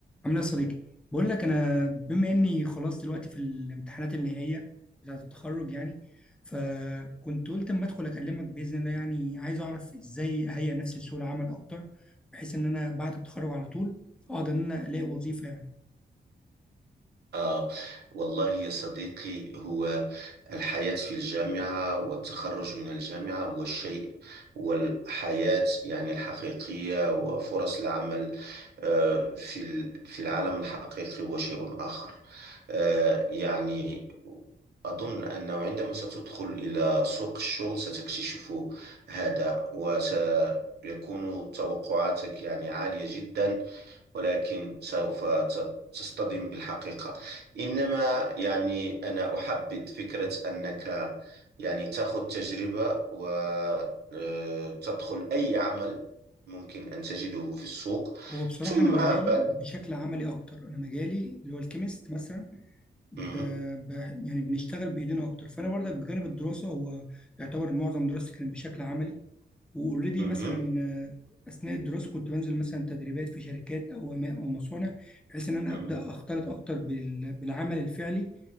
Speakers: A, in the centre; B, on the right.
A: عامل ايه يا صديقي بقول لك انا بما اني خلاص دلوقتي في الامتحانات النهائيه بتاعه التخرج يعني فكنت قلت اما ادخل اكلمك باذن الله يعني عايز اعرف ازاي اهيئ نفسي لسوق العمل اكتر بحيث ان انا بعد التخرج على طول اقدر ان انا الاقي وظيفه يعني
B: آه والله يا صديقي هو الحياة في الجامعة والتخرج من الجامعة هو الشيء والحياة يعني الحقيقية وفرص العمل آه في ال- في العالم الحقيقي هو شيء آخر آه يعني أظن أنه عندما ستدخل إلى سوق الشغل ستكتشف هذا وسيكون توقعاتك يعني عالية جدا ولكن سوف ت- تصطدم بالحقيقة إنما يعني أنا أحبذ فكرة أنك يعني تأخذ تجربة وتدخل أي عمل ممكن أن تجده في السوق
A: هو بصراحه
B: ثم
A: انا مجالي
B: بعد
A: بشكل عملي اكتر انا مجالي اللي هو الكيمست مثلا ب...
B: مهم.
A: ب... يعني بنشتغل بايدينا اكتر فانا برضك بجانب الدراسه هو يعتبر معظم دراستي كانت بشكل عملي واوريدي
B: مهم.
A: مثلا آه، اثناء الدراسه كنت بنزل مثلا تدريبات في شركات او أما- او مصانع بحيث ان انا
B: مهم.
A: ابدا اختلط اكتر بال- بالعمل الفعلي